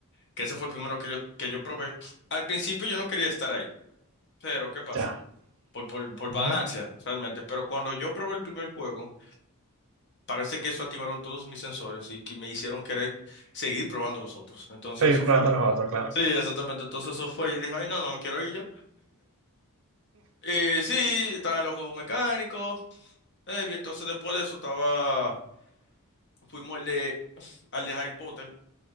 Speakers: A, on the left (about 55°); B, on the right (about 65°).
A: que ese fue el primero que yo, que yo probé. Al principio yo no quería estar ahí, pero ¿qué pasa?
B: Ya.
A: Por, por, por
B: Ujú.
A: vagancia, realmente. Pero cuando yo probé el primer juego, parece que eso activaron todos mis sensores y que me hicieron querer seguir probando los otros. Entonces
B: Seguir
A: eso fue
B: probando
A: lo que
B: los
A: pasó.
B: otros, claro.
A: Sí, exactamente. Entonces eso fue. Yo dije, ay, no, no me quiero ir yo. Eh, sí, estaban los juegos mecánicos. eh, bien entonces después de eso estaba, fuimos al de, al de Harry Potter,